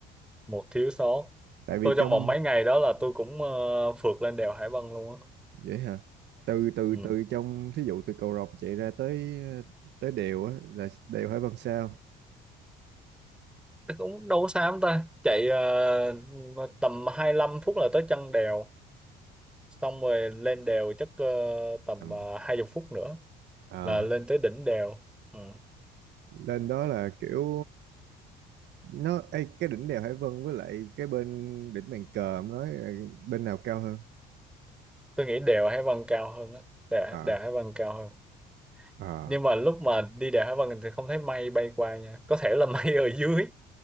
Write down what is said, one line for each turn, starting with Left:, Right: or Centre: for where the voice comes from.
Centre: một thiếu sót
Right: tại vì
Centre: tôi trong
Right: trong
Centre: vòng mấy ngày đó là tôi cũng ờ, phượt lên đèo Hải Vân luôn á
Right: vậy hả từ từ
Centre: ừ.
Right: từ trong thí dụ từ cầu Rồng chạy ra tới ờ, tới đèo á là đèo Hải Vân sao
Centre: Thế cũng đâu có xa lắm ta chạy ờ, tầm hai lăm phút là tới chân đèo xong rồi lên đèo chắc ờ, tầm
Right: Ừm.
Centre: uh, 20 phút nữa
Right: ờ
Centre: là lên tới đỉnh đèo ừ.
Right: lên đó là kiểu nó ê, cái đỉnh đèo Hải Vân với lại cái bên đỉnh bàn cờ ông nói là bên nào cao hơn
Centre: tôi nghĩ đèo Hải Vân cao hơn á đèo,
Right: ờ
Centre: đèo Hải Vân cao hơn
Right: ờ
Centre: nhưng mà lúc mà đi đèo Hải Vân thì không thấy mây bay qua nha có thể là <laughs> mây ở dưới